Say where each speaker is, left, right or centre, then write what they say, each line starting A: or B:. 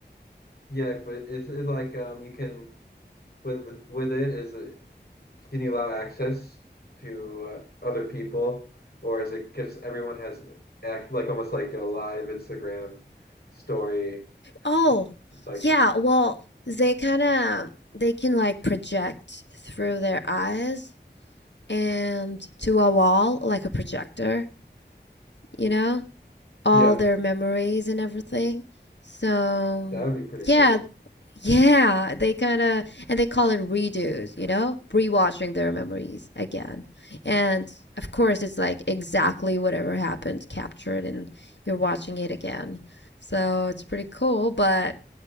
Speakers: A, on the left; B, on the left.
A: yeah, but is it like um you can with with it is it Can you allow access to uh, other people, or is it because everyone has act like almost like a live Instagram story?
B: oh,
A: It's Like,
B: yeah, well, they kind of they can like project through their eyes and to a wall like a projector, you know? all
A: yeah,
B: their memories and everything. So
A: that would be pretty
B: yeah,
A: cool.
B: yeah, they kind of and they call it redos, you know, rewatching their memories again. And of course, it's like exactly whatever happened captured, and you're watching it again. So it's pretty cool. But